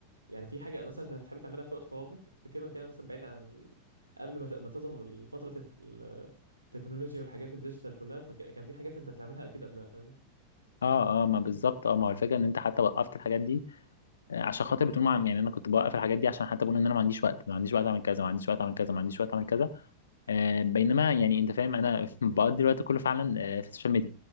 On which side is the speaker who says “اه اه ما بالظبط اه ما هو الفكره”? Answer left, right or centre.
Left